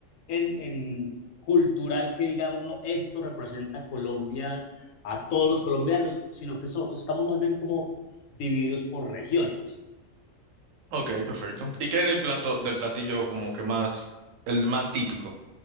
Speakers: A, on the left (about 85°); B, on the right (about 80°).
A: en, en cultural que diga uno, esto representa a Colombia, a todos los colombianos, sino que so- estamos más bien como divididos por regiones.
B: Ok, perfecto. ¿Y qué hay del plato, del platillo como que más, el más típico?